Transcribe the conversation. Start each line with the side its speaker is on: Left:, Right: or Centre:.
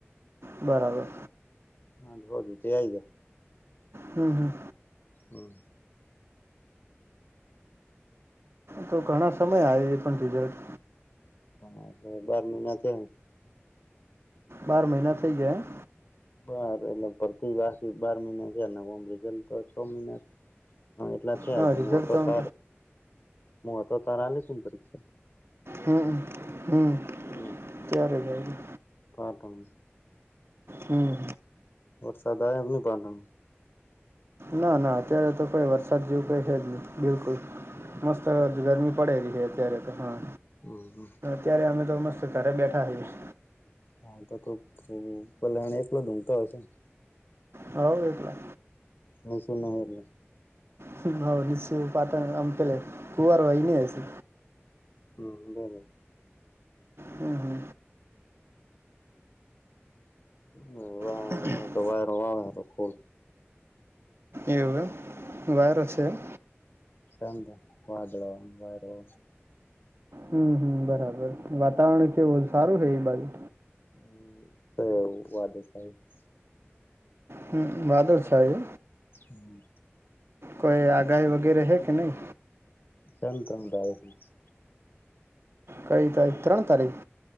Right: બરાબર.
Left: હા હોદું આઈ જાય.
Right: હમ હમ.
Left: હમ.
Right: તો ઘણા સમય આયુ એ પણ રિઝલ્ટ.
Left: હા એટલે બાર મહિના થયા.
Right: બાર મહિના થઈ ગયા એમ.
Left: બાર એટલે ભરતી પાછી બાર મહિના છે ઓમ એટલે રિઝલ્ટ તો છ મહિના. હા એટલા થયા
Right: હા
Left: છે
Right: રિઝલ્ટ
Left: હું તો
Right: આમ
Left: તાર હું તો તાર આલી તી ને પરીક્ષા.
Right: હમ હમ.
Left: <inaudible>
Right: ત્યારે જ આલી.
Left: કો તમી.
Right: હમ.
Left: વરસાદ આયો ને હું પાટણ.
Right: ના ના અત્યારે તો કઈ વરસાદ જેવું કઈ છે જ નહી બિલકુલ. મસ્ત ગરમી પડેલી હે અત્યારે તો હા.
Left: હમ.
Right: અત્યારે અમે તો મસ્ત ઘરે બેઠા હઈશ.
Left: હાલ તો તું પલાણે એકલો ઘૂમતો હશે ને.
Right: હ વટલા.
Left: નહી શું નાને.
Right: હ નિશ્ય પાતા આમકેલે ખુંર વાઈને હ છે.
Left: હમ બર.
Right: હમ હમ.
Left: હવા.
Right: <unintelligible>
Left: તો વાર વાર ખોલ.
Right: એવુ એમ વારો છે એમ.
Left: રંદ વાદળા ને વારો.
Right: હમ હમ બરાબર વાતાવરણ કેવું સારું છે એ બાજુ.
Left: <unintelligible>
Right: હમ્મ વાદર છે આજે.
Left: હમ્મ.
Right: કોઈ આગાહી વગેરે હે કે નહી?
Left: <unintelligible>
Right: કઈ તારીખ ત્રણ તારીખ